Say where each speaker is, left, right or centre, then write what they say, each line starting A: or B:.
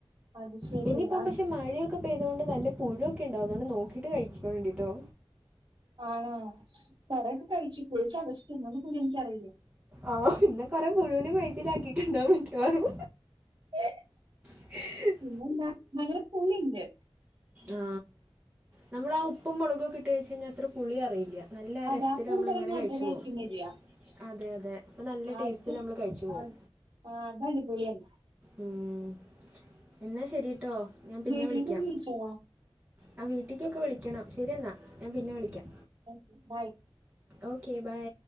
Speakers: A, on the right; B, on the right.
A: അത് ശരി
B: പിന്നെയിപ്പം
A: ആ
B: പക്ഷെ മഴയൊക്കെ പെയതുകൊണ്ട് നല്ല പുഴുവൊക്കെ ഉണ്ടാവും. ഒന്നു നോക്കിട്ട് കഴിച്ചോളിൻ ട്ടോ.
A: ആണെ കൊറയക്ക കഴിച്ചു. പോയിച്ച അകസ്റ്റ് ന്നും എനിക്കറിയില്ല.
B: ആ ഇന്ന കൊറെ പുഴുവിനെ വയറ്റിൽ ആക്കിയിട്ടുണ്ടാവും മിക്കവാറും.
A: <unintelligible>
B: <unintelligible>
A: പിന്നെന്താ ഭയങ്കര പുള്ളിയുണ്ട്.
B: ആ നമ്മള് ആ ഉപ്പും മുളകും ഇട്ട് കഴിച്ച് കഴിഞ്ഞാൽ അത്ര പുളി അറിയില്ല. നല്ല
A: അതാപ്പോ
B: രസത്തിൽ നമ്മൾ
A: ഒരു തരം
B: ഇങ്ങനെ
A: മധുരായിരിക്കും
B: കഴിച്ചു പോകും.
A: വരിക
B: അതെ അതെ അപ്പൊ നല്ല
A: ആ
B: ടേസ്റ്റ് നമ്മള് കഴിച്ചു പോവും.
A: ആ ആ അതടിപൊളിയാണ്.
B: ഉം എന്നാ ശരിട്ടോ. ഞാൻ പിന്നെ
A: വീട്ടിലേക്ക്
B: വിളിക്കാം.
A: വിളിച്ചോ
B: ആ വീട്ടിക്കൊക്കെ വിളിക്കണം ശരി എന്നാ ഞാൻ പിന്നെ വിളിക്കാം.
A: Okay.. bye
B: okay by.